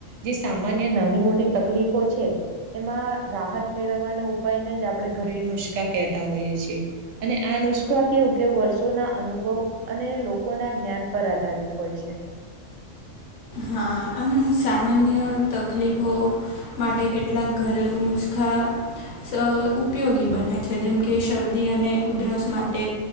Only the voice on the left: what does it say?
હા આમ સામાન્ય તકલીફો માટે કેટલાક ઘરેલું નુસ્ ખા સ ઉપયોગી બને છે જેમકે શરદી અને ઉધરસ માટે